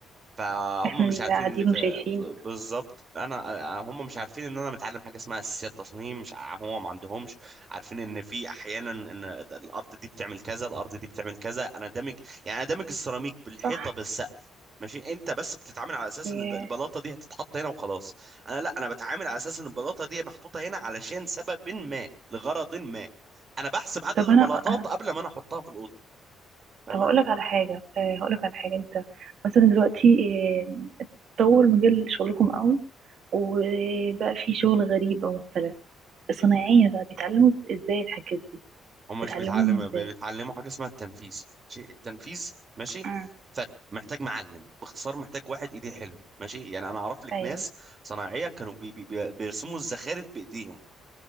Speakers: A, on the right; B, on the right.
A: فهم
B: احنا
A: مش
B: اللي
A: عارفين
B: قاعدين
A: اللي في
B: وشايفين
A: ب- بالظبط انا هم مش عارفين ان انا متعلم حاجه اسمها اساسيات تصميم مش ع- هو ما عندهمش عارفين ان في احيانا ان الارض دي بتعمل كذا الارض دي بتعمل كذا انا دامج يعني انا دامج السيراميك بالحيطه
B: صح
A: بالسقف ماشي انت بس بتتعامل على اساس
B: ياه.
A: ان البلاطه دي هتتحط هنا وخلاص انا لا انا بتعامل على اساس ان البلاطه دي محطوطه هنا علشان سبب ما لغرض ما انا بحسب عدد
B: طب
A: البلاطات
B: انا انا
A: قبل ما انا احطها في الاوضه تمام
B: طب هقول لك على حاجه آه، هقول لك على حاجه انت مثلا دلوقتي آه، طور مجال شغلكم قوي وبقى في شغل غريب او مختلف الصنايعيه بقى بيتعلموا ازاي الحاجات دي
A: هم مش
B: بتعلموهم
A: بيتعلموا
B: ازاي
A: بيتعلموا حاجه اسمها التنفيذ شيء التنفيذ ماشي
B: امم
A: فرق محتاج معلم باختصار محتاج واحد ايديه حلو ماشي يعني انا اعرف لك
B: ايوه
A: ناس صناعيه كانوا بي بي بي- بيرسموا الزخارف بايديهم